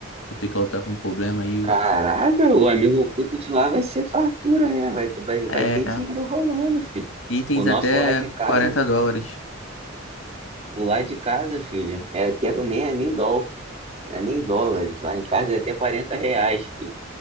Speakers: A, on the left (about 80°); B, on the right (about 35°).
A: O teclado tá com problema aí.
B: Caraca, o amigo oculto de lá vai ser fartura, né? Vai, ter- vai, vai
A: É,
B: ter dinheiro rolando, filho.
A: itens
B: O nosso
A: até
B: lá de casa,
A: 40 dólares.
B: o lá de casa, filho, é até nem é nem dólar, não é nem dólares. Lá em casa é até 40 reais, filho.